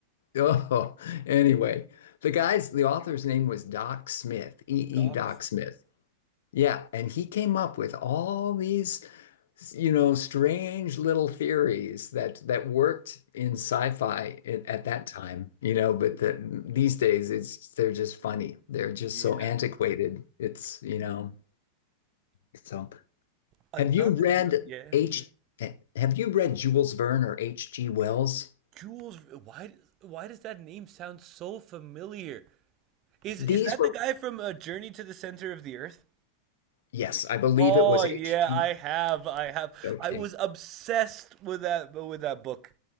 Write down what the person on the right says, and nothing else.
Docs,
man.
Yeah.
Another,
yeah.
Jules, why why does that name sound so familiar? Is
is that
the guy from uh, Journey to the Center of the Earth?
Oh
yeah,
I have, I have.
I was obsessed with that with that book.